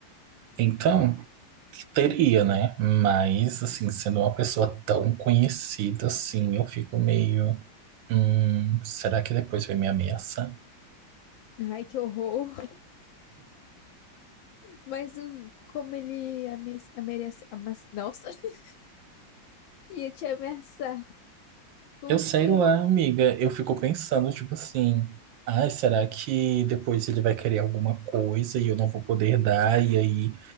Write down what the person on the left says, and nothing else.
Ai, que horror. Mas o, como ele ame, amerece amas- nossa, <laughs> ia te ameaçar com
o quê?